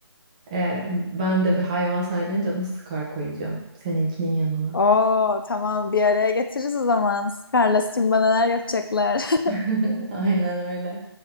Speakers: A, on the right (about 15°); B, on the left (about 55°).
A: Ee, ben de bir hayvan sahiplenince adını Sıkar koyacağım. Seninkinin yanına.
B: Oo tamam bir araya getiririz o zaman. Scar'la Simba neler yapacaklar.
A: <laughs> Aynen öyle.